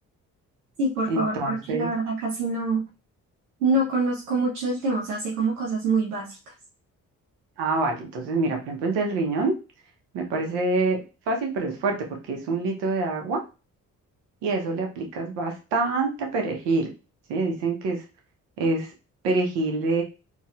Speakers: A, on the right; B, on the right.
A: Sí, por
B: Entonces,
A: favor, porque la verdad casi no, no conozco mucho del tema, o sea, sé como cosas muy básicas.
B: ah, vale, entonces mira, por ejemplo, el del riñón me parece fácil, pero es fuerte porque es un litro de agua y a eso le aplicas bastante perejil, ¿sí? Dicen que es, es perejil